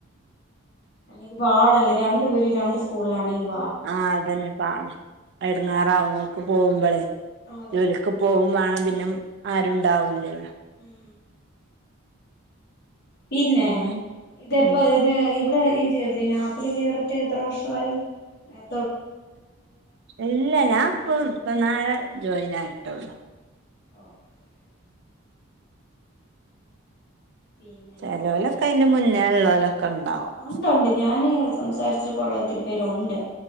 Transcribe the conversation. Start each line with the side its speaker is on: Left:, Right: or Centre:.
Left: അല്ലെങ്കി പാടല്ലേ രണ്ട് പേര് രണ്ട് സ്കൂളിലാണെങ്കിലും
Right: ആഹ അതന്നെ പ എടങ്ങേറാങ്ങൾക്കും പോകുമ്പളേ
Left: അതെ
Right: ജോലിക്ക് പോകും വേണം- ആ പിന്നെ ആരും ഉണ്ടാവൂലല്ലോ
Left: ഉം പിന്നേ
Right: പിന്നെ
Left: ഇതെപ്പോ
Right: ഉം
Left: ഇത് ഇവ് ഈ ജെ പിന്നെ ആപ്പില് കേറീട്ട് എത്ര വർഷവായി നേര
Right: ഇല്ല ഞാൻ ഇപ്പൊ ഇപ്പന്നാരെ ജോയിൻ ആയിട്ടൊള്ളൂ
Left: ഓക്കേ ഓക്കേ പിന്നെന്നാന്നേ
Right: ചെലോലൊക്കെ അയ്ന്റെ മുന്നേ ഇള്ളോലൊക്കെണ്ടാവും
Left: ഉണ്ടുണ്ട് ഞാന് സംസാരിച്ചിട്ട് കൊറേ ഒത്തിരി പേരൊണ്ട്